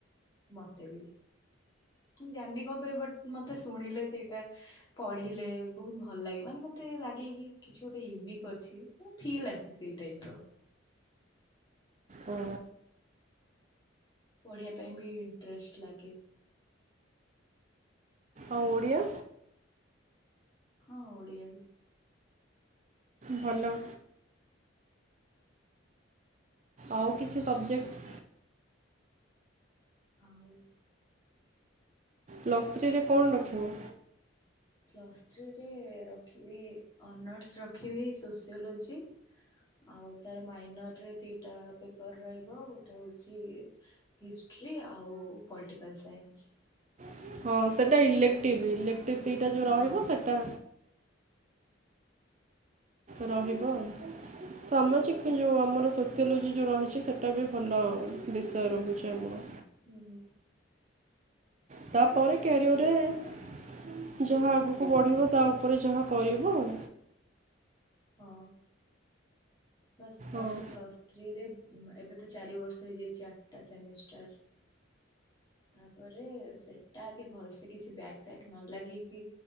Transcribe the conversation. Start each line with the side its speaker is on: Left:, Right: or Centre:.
Left: ମତେ ବି ମୁଁ ଜାଣିନି କଣ ପାଇଁ ବଟ ମତେ ଶୁଣିଲେ ସେଇଟା ପଢିଲେ ବହୁତ ଭଲ ଲାଗେ ମାନେ ମତେ ଲାଗେ କି କିଛି ଗୋଟେ ୟୁନିକ୍ ଅଛିା ଫିଲ୍ ଆସେ ସେଇ ଟାଇପର।
Right: ଓ
Left: ପଢିବା ପାଇଁ ବି ଇଣ୍ଟରେଷ୍ଟ ଲାଗେ।
Right: ଆଉ ଓଡ଼ିଆ
Left: ହଁ ଓଡ଼ିଆ ବି
Right: ଭଲ ଆଉ କିଛି ସବଜେକ୍ଟ
Left: ଆଉ
Right: ପ୍ଲସ୍ତ୍ରୀରେ କଣ ରଖିବ।
Left: ପ୍ଲସ୍ତ୍ରୀରେ ରଖିବି ଅନର୍ସ ରଖିବି ସୋସିଓଲୋଜି ଆଉ ତାର ମାଇନରରେ ଦୁଇଟା ପେପର୍ ରହିବ ଗୋଟେ ହେଉଛି ହିଷ୍ଟ୍ରି ଆଉ ପଲିଟିକାଲ ସାଇନ୍ସ।
Right: <inaudible> ତି ତିଟା ଯୋଉ
Left: ହଁ
Right: ରହିବ ସେଟା ରହିବ। ସାମାଜିକ ଯୋଉ ଆମର ସୋସିଓଲୋଜି ଯୋଉ ରହିଛି ସେଟା ବି ଭଲ ବିଷୟ ରହୁଚି ଆମର।
Left: ହୁଁ।
Right: ତାପରେ କ୍ୟାରିଅରରେ ଯାହା ଆଗୁକୁ ବଢ଼ିବ ତା ଉପରେ ଯାହା କରିବ ଆଉ।
Left: ହଁ। ବାସ୍ ଫାଷ୍ଟ
Right: ଆଉ।
Left: ପ୍ଲସ୍ ଥ୍ରୀରେ ଉମା ଏବେ ତ ଚାରି ବର୍ଷ ହେଇଯାଇଚି ଆଟା ସେମିଷ୍ଟାର। ତାପରେ ସେଟା ଆଗେ ଭଲସେ କିଛି ବ୍ୟାକ୍ ଫ୍ୟାକ୍ ନ ଲାଗିକି